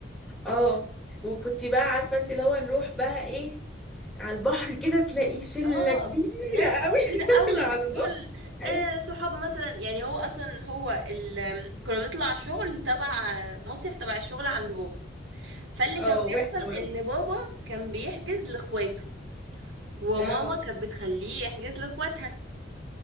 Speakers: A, in the centre; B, on the right.
A: اه وكنت بقى عارفه انت اللي هو نروح بقى ايه على البحر كده تلاقي شله
B: اه
A: كبيره
B: ناس كتير
A: قوي <laughs> داخله
B: قوي
A: على البحر
B: دول
A: أيوة.
B: آه صحاب مثلا يعني هو اصلا هو ال... كنا بنطلع شغل تبع مصيف تبع الشغل عند بابا فاللي
A: اه
B: كان
A: واحنا
B: بيحصل
A: برضه
B: ان بابا كان بيحجز لاخواته وماما
A: اه
B: كانت بتخليه يحجز لاخواتها